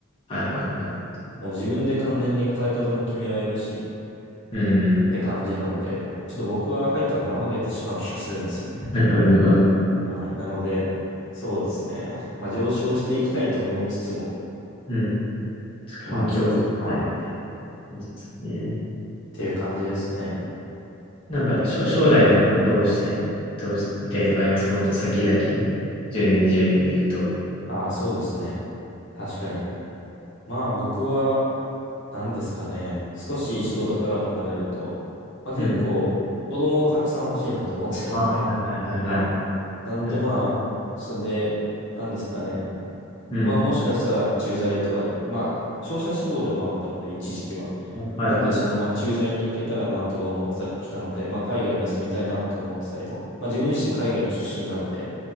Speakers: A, on the left; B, on the left.
A: はいはいはい。
B: もう自分で完全に働き方も決められるしっ
A: うんうん。
B: て感じなので、ちょっと僕は入ったの怠けてしまう気がするんですよね。
A: <laughs> なるほど。なるほど
B: はい。なので、そうですね。まあ上昇していきたいと思いつつも、
A: うん。環境を整える
B: まあちょっと、はい。っ
A: ですね。
B: ていう感じですね。
A: なんか、しょ、将来はどうしたい、どうしたいとかありますかもっと先々、10年、20年で言うと。
B: ああ、そうですね。確かに。まあ僕は、何ですかね。少し仕事から離れると、まあ結構、
A: うん。
B: 子供をたくさん欲しいなと思ってるので、
A: ああ、はいはいはいはい。
B: はい。なんでまあ、
A: なるほど。
B: それで、何ですかね。
A: うん。
B: まあもしかしたら駐在とかに、まあ商社志望でもあったので一時期は。
A: はいはいはい。
B: なんでそのまあ駐在に行けたらなとか思ってたりもしたので、まあ海外に住みたいなとも思ってたりも、まあ自分自身海外出身なので、